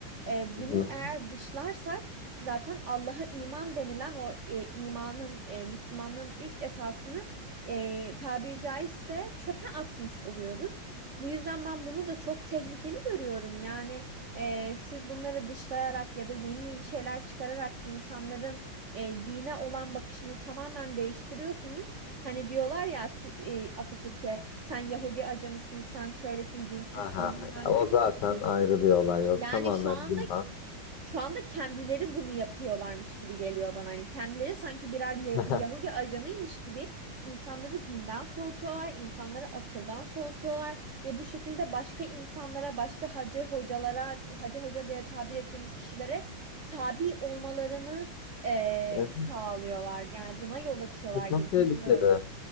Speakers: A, on the right; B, on the left.
A: E,
B: hı
A: bunu
B: hı.
A: eğer dışlarsak zaten Allah'a iman denilen o e, imanın, e, Müslümanlığın ilk esasını e, tabiri caizse çöpe atmış oluyoruz. Bu yüzden ben bunu da çok tehlikeli görüyorum. Yani e, siz bunları dışlayarak ya da yeni yeni şeyler çıkararak insanların e, dine olan bakışını tamamen değiştiriyorsunuz. Hani diyorlar ya si- e, Atatürk'e sen Yahudi ajanısın, sen şöylesin, dinsizsin
B: Aha,
A: bilmem
B: ya
A: ne.
B: o zaten ayrı bir olay.
A: Yani
B: O tamamen
A: şu anda
B: yalan.
A: şu anda kendileri bunu yapıyorlarmış gibi geliyor bana. Hani kendileri sanki birer Yah-
B: <laughs>
A: Yahudi ajanıymış gibi insanları dinden soğutuyorlar, insanları akıldan soğutuyorlar ve bu şekilde başka insanlara, başka hacı hocalara, hacı hoca diye tabir ettiğimiz kişilere tabi olmalarını eee,
B: Evet,
A: sağlıyorlar. Yani buna yol açıyorlar gibi
B: çok tehlikeli.
A: bilmiyorum.